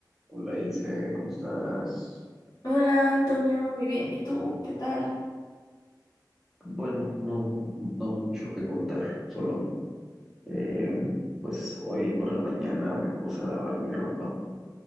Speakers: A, in the centre; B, on the left (about 60°).
A: Hola Ilse, ¿cómo estás?
B: Hola Antonio, muy bien. ¿Y tú? ¿Qué tal?
A: Bueno, no, no mucho que contar, solo eh, pues hoy por la mañana me puse a lavar mi ropa,